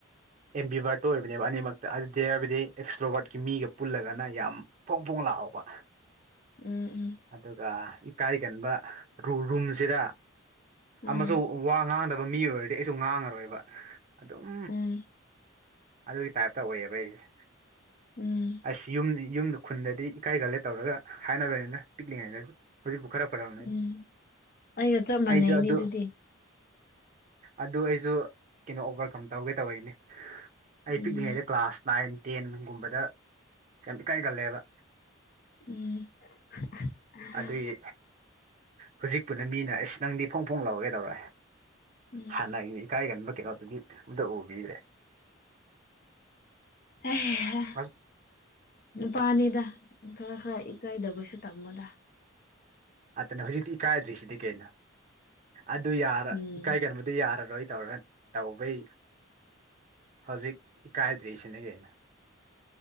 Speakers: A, on the right; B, on the left.
A: ꯑꯦꯝꯕꯤꯕꯥꯔꯠꯇꯣ ꯑꯣꯏꯕꯅꯦꯕ ꯑꯅꯤꯃꯛꯇ ꯑꯗꯨꯗꯤ ꯍꯥꯏꯕꯗꯤ ꯑꯦꯛꯁꯇ꯭ꯔꯣꯕꯥꯔꯠꯀꯤ ꯃꯤꯒ ꯄꯨꯜꯂꯒꯅ ꯌꯥꯝ ꯐꯣꯡ ꯐꯣꯡ ꯂꯥꯑꯣꯕ
B: ꯎꯝ
A: ꯑꯗꯨꯒ ꯏꯀꯥꯏꯒꯟꯕ ꯔꯨꯝꯁꯤꯗ
B: ꯎꯝ
A: ꯑꯃꯁꯨ ꯋꯥ ꯉꯥꯡꯗꯕ ꯃꯤ ꯑꯣꯏꯔꯗꯤ ꯑꯩꯁꯨ ꯉꯥꯡꯉꯔꯣꯏꯕ ꯑꯗꯨꯝ
B: ꯎꯝ ꯎꯝ
A: ꯑꯗꯨꯒꯤ ꯇꯥꯏꯞ ꯇꯧꯌꯦꯕ ꯑꯩꯁꯦ
B: ꯎꯝ
A: ꯑꯁ ꯌꯨꯝ ꯌꯨꯝꯗ ꯈꯨꯟꯗꯗꯤ ꯏꯀꯥꯏꯒꯜꯂꯦ ꯇꯧꯔꯒ ꯍꯥꯏꯅꯕꯅꯤꯗ ꯄꯤꯛꯂꯤꯉꯩꯗ ꯍꯧꯖꯤꯛꯐꯥꯎ ꯈꯔ ꯐꯔꯛꯑꯕꯅꯤ
B: ꯎꯝ ꯑꯩꯒ ꯆꯞ ꯃꯥꯟꯅꯩꯅꯦ
A: ꯑꯩꯁꯨ ꯑꯗꯨ
B: ꯑꯗꯨꯗꯤ
A: ꯑꯗꯨ ꯑꯩꯁꯨ ꯀꯩꯅꯣ ꯑꯣꯚꯔꯀꯝ ꯇꯧꯒꯦ ꯇꯧꯔꯤꯅꯤ ꯑꯩ
B: ꯎꯝ
A: ꯄꯤꯛꯂꯤꯉꯩꯗ ꯀ꯭ꯂꯥꯁ ꯅꯥꯏꯟ ꯇꯦꯟꯒꯨꯝꯕꯗ ꯌꯥꯝ ꯏꯀꯥꯏꯒꯜꯂꯦꯕ
B: ꯎꯝ ꯍꯥ ꯍꯥ
A: ꯑꯗꯨꯒꯤ
B: ꯑꯥ
A: ꯍꯧꯖꯤꯛꯄꯨꯅ ꯃꯤꯅ ꯑꯁ ꯅꯪꯗꯤ ꯐꯣꯡ ꯐꯣꯡ ꯂꯧꯔꯒꯩꯗꯧꯔꯛꯑꯦ
B: ꯎꯝ
A: ꯍꯥꯟꯅ ꯑꯩ ꯏꯀꯥꯏꯒꯟꯕ ꯀꯩꯅꯣꯗꯨꯗꯤ ꯑꯝꯇ ꯎꯕꯤꯗ꯭ꯔꯦ
B: ꯑꯦꯍ
A: ꯑꯥꯁ
B: ꯅꯨꯄꯥꯅꯤꯗ ꯈꯔ ꯈꯔ ꯏꯀꯥꯏꯗꯕꯁꯨ ꯇꯝꯃꯣꯗ
A: ꯑꯗꯨꯅ ꯍꯧꯖꯤꯛꯇꯤ ꯏꯀꯥꯏꯗ꯭ꯔꯤꯁꯤꯗꯤ ꯀꯩꯅꯣ ꯑꯗꯨ ꯌꯥꯔ
B: ꯎꯝ
A: ꯏꯀꯥꯏꯒꯟꯕꯗꯨ ꯌꯥꯔ ꯅꯣꯏ ꯇꯧꯔꯦ ꯇꯧꯕꯩ ꯍꯧꯖꯤꯛ ꯏꯀꯥꯏꯗ꯭ꯔꯤꯁꯤꯅ ꯀꯩꯅꯣ